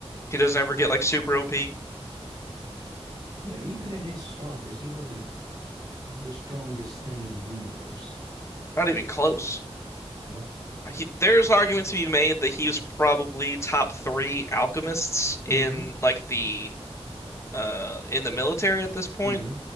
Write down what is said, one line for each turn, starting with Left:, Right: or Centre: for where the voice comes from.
Left: He doesn't ever
Right: Well,
Left: get like super OP,
Right: Yeah, even at his strongest, he wasn't the strongest thing in the universe.
Left: not even close.
Right: No.
Left: He, there's an argument to be made that he was probably top three alchemists
Right: hmm
Left: in like the uh in the military at this point,
Right: hmm